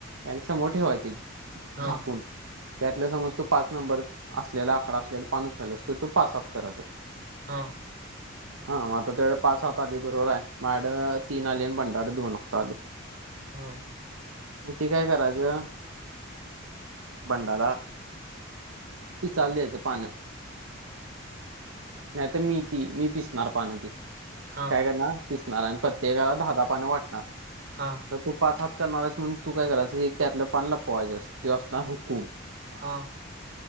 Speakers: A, on the right; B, on the right.
A: आणि समोर ठेवायचीत
B: हा
A: झाकून त्यातला समज तू पाच नंबर असलेला आकडा असलेला पानच उचलस तर तू पाच सात करायचा.
B: हां.
A: हा मग आता त्यायाकड पाच हात आली बरोबर हाय माजा कड तीन आली आणि भंडा कड दोन हात आली.
B: हम.
A: मग ते काय करायचं भंडारा ती चाली ये पानात. नाही तर मी ती मी पिसणार पान ती काय?
B: हा
A: करणार. पिसनार आणि प्रत्येकाला दहा दहा पान वाटणार.
B: हां.
A: तर तू पाच हात करणार आहेस म्हणून तू काय करायचं एक त्यातल पान लपवायसचस त्यो असणार हुकूम.
B: हा.